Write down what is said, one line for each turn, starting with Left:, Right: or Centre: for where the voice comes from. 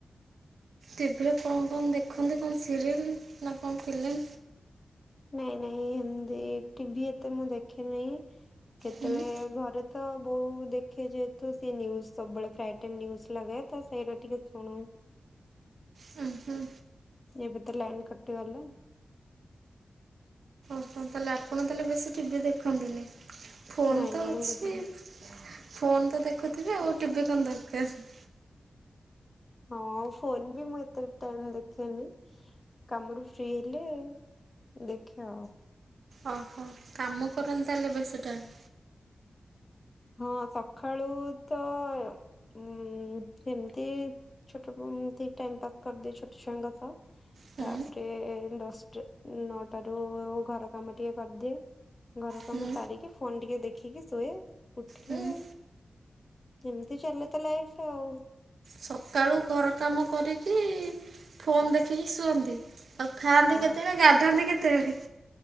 Right: ଟିଭିରେ କଣ କଣ ଦେଖନ୍ତି କଣ ସିରିଏଲ ନା କଣ ଫିଲ୍ମ?
Left: ନାଇଁ ନାଇଁ ଏମତି ଟିଭି ଏତେ ମୁଁ ଦେଖେନି। କେତେବେଳେ
Right: ହୁଁ।
Left: ଘରେ ତ ବୋଉ ଦେଖେ ଯେହେତୁ ସେ ନିୁଜ୍ ସବୁବେଳେ ପ୍ରାୟ ଟାଇମ ନିୁଜ୍ ଲାଗେ। ତ ସେଇଟା ଟିକେ ଶୁଣୁ।
Right: ହଁ ହଁ।
Left: ଏବେ ତ ଲାଇନ କଟିଗଲା।
Right: ତାହଲେ ଆପଣ ତାହେଲେ ବେଶୀ ଟିଭି ଦେଖନ୍ତିନି ଫୋନ
Left: ନାଇଁ
Right: ତ
Left: ନାଇଁ
Right: ଅଛି।
Left: ବେଶୀ
Right: ଫୋନ ତ ଦେଖୁଥିବେ ଆଉ ଟିଭିି କଣ ଦରକାର।
Left: ହଁ ଆଉ ଫୋନ ବି ମୁଁ ଏତେ ଟାଇ ଦେଖେନି। କାମରୁ ଫ୍ରି ହେଲେ ଦେଖିବା ଆଉ।
Right: ଓହୋ କାମ କରନ୍ତ ତାହେଲେ ବେଶି ଟାଇମ୍?
Left: ହଁ ସକାଳୁ ତ ଉଁ ସେମିତି ଛୋଟ ଏମତି ଟାଇମ ପାସ୍ କରିଦିଏ ଛୋଟ ଛୁଆଙ୍କ ସହ।
Right: ହୁଁ
Left: ତାପରେ ଦଶଟା ନଅଟ ରୁ ଘର କାମ ଟିକେ କରିଦିଏ। ଘର କାମ
Right: ହୁଁ
Left: ସାରିକି ଫୋନ ଟିକେ ଦେଖିକି ଶୁଏ। ଉଠିଲେ
Right: ହୁଁ।
Left: ଆ ଏମିତି ଚାଲେ ତ ଲାଇଫ ଆଉ।
Right: ସକାଳୁ ଘର କାମ କରିକି ଫୋନ ଦେଖିକି ଶୁଅନ୍ତି? ଆଉ ଖାଆନ୍ତି
Left: ହଁ
Right: କେତେବେଳେ ଗାଧାନ୍ତି କେତେବେଳେ?